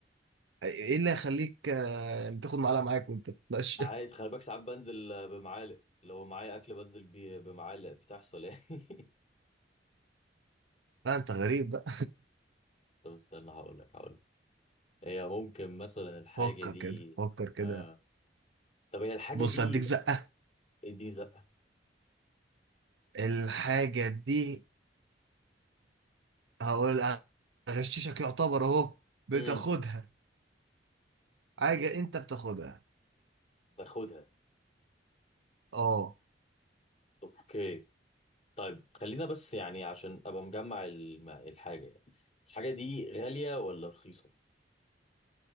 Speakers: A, on the right; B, on the left.
A: ايه إيه اللي يخليك آه، تاخد معلقة معاك وانت بتتمشى
B: عايز خلي بالك ساعات بنزل آه، بمعالق لو معايا اكل بنزل بيه بمعالق بتحصل يعني
A: <laughs> لا انت غريب بقى
B: <laughs> طب استنى هقول لك هقول لك هي ممكن مثلا الحاجه
A: فكر
B: دي
A: كده فكر كده
B: آه. طب هي الحاجه
A: بص
B: دي
A: هديك زقة
B: اديني زقه
A: الحاجة دي هقول هغششك يعتبر اهو بتاخدها
B: امم
A: حاجة انت بتاخدها
B: باخدها
A: اه
B: اوكي طيب خلينا بس يعني عشان ابقى مجمع الم- الحاجه يعني الحاجه دي غاليه ولا رخيصه؟